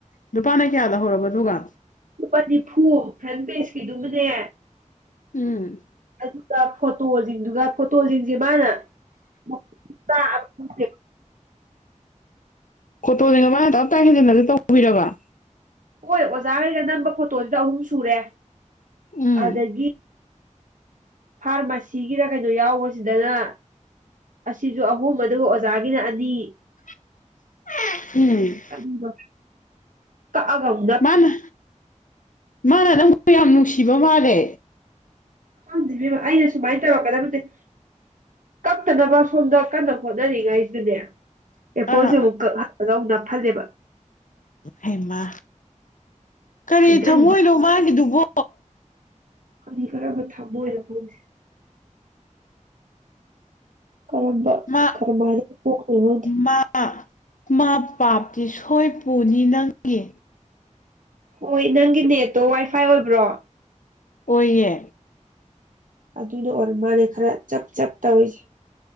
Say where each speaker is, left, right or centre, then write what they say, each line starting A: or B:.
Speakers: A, on the left; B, on the right.
A: ꯅꯨꯄꯥꯅ ꯀꯌꯥ ꯂꯧꯍꯧꯔꯕ ꯗꯨꯒ
B: ꯂꯨꯄꯥ ꯅꯤꯐꯨ ꯐ꯭ꯔꯟ ꯄꯦꯖꯀꯤꯗꯨꯃꯅꯦ
A: ꯎꯝ
B: ꯑꯗꯨꯒ ꯐꯣꯇꯣꯁꯤꯡꯗꯨꯒ ꯐꯣꯇꯣꯁꯤꯡꯁꯦ ꯃꯥꯅ <unintelligible> ꯑꯕ ꯈꯪꯗ‌ꯦ
A: ꯐꯣꯇꯣꯅꯦꯒ ꯃꯥꯅ ꯇꯞꯇꯥꯏ ꯍꯦꯟꯖꯤꯟꯂꯒ ꯇꯧꯕꯤꯔꯕ
B: ꯍꯣꯏ ꯑꯣꯖꯥꯈꯩꯒ ꯅꯝꯕ ꯐꯣꯇꯣꯁꯤꯗ ꯑꯍꯨꯝ ꯁꯨꯔꯦ
A: ꯎꯝ
B: ꯑꯗꯒꯤ ꯐꯥꯔꯃꯥꯁꯤꯒꯤꯔ ꯀꯩꯅꯣ ꯌꯥꯎꯕꯁꯤꯗꯅ ꯑꯁꯤꯁꯨ ꯑꯍꯨꯝ ꯑꯗꯨꯒ ꯑꯣꯖꯥꯒꯤꯅ ꯑꯅꯤ
A: <unintelligible>
B: ꯀꯔꯤꯅ‌ꯣ ꯀꯛꯑꯒ ꯑ
A: ꯃꯥꯅ ꯃꯥꯅ ꯅꯪꯕꯨ ꯌꯥꯝ ꯅꯨꯡꯁꯤꯕ ꯃꯥꯜꯂꯦ
B: ꯈꯪꯗ‌ꯦ ꯏꯕ‌ꯦꯝꯃ ꯑꯩꯅ ꯁꯨꯃꯥꯏꯅ ꯇꯧꯔꯛꯀꯗꯕꯅꯤ ꯀꯛꯇꯅꯕ ꯁꯣꯝꯗ ꯀꯟꯅ ꯍꯣꯠꯅꯔꯤꯉꯩꯁꯤꯗꯅꯦ ꯑꯦ
A: ꯑꯥ
B: ꯐꯣꯔꯁꯦ ꯑꯃꯨꯛ ꯀꯛꯍꯜꯂꯒ ꯑꯃꯨꯛ ꯅꯥꯞꯐꯜꯂꯦꯕ
A: ꯍꯩꯃ ꯀꯔꯤ
B: ꯐꯩꯗ꯭ꯔꯪ
A: ꯊꯝꯃꯣꯏꯅꯣ ꯃꯥꯒꯤꯗꯨꯕꯣ
B: ꯀꯅꯤ ꯀꯔꯥꯝꯕ ꯊꯃꫭꯏ ꯅꫭ ꯈꯪꯗꯦ ꯀꯔꯝꯕ
A: ꯃꯥ
B: ꯀꯔꯃꯥꯏꯅꯕꯨ UNINTELLIGIBLE
A: ꯃꯥ ꯃꯥ ꯄꯥꯞꯇꯤ ꯁꯣꯏ ꯄꯨꯅꯤ ꯅꯪꯒꯤ
B: ꯍꯣꯏ ꯅꯪꯒꯤ ꯅꯦꯠꯇꯣ ꯋꯥꯏꯐꯥꯏ ꯑꯣꯏꯕ꯭ꯔꯣ
A: ꯑꯣꯏꯌꯦ
B: ꯑꯗꯨꯅ ꯑꯣꯔ ꯃꯥꯂꯦ ꯈꯔ ꯆꯞ ꯆꯞ ꯇꯧꯔꯤꯁꯦ